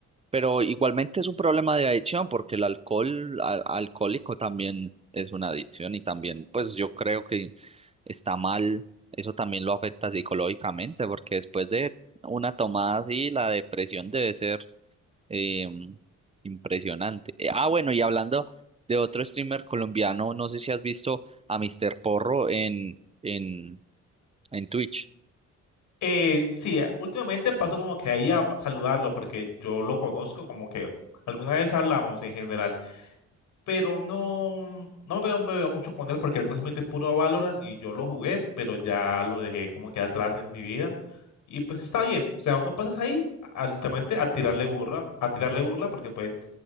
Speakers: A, on the right; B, on the left.
A: Pero igualmente es un problema de adicción porque el alcohol a- alcohólico también es una adicción y también pues yo creo que está mal, eso también lo afecta psicológicamente porque después de una tomada así la depresión debe ser eh, impresionante. Eh, Ah, bueno, y hablando de otro streamer colombiano, no sé si has visto a Mr. Porro en, en, en Twitch.
B: Eh, sí, eh, últimamente paso como que ahí a pa- saludarlo porque yo lo conozco como que alguna vez hablamos en general, pero no, no me veo, me veo mucho con él porque él transmite puro Valorant y yo lo jugué, pero ya lo dejé como que atrás en mi vida. Y pues está bien, o sea, uno pasas ahí a- literalmente a tirarle burla, a tirarle burla porque pues